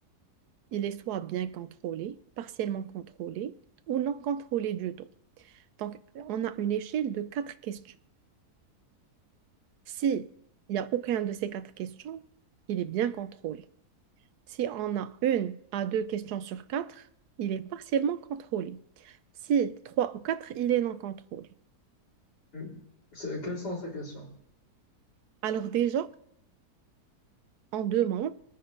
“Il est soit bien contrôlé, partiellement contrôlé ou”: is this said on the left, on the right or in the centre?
Right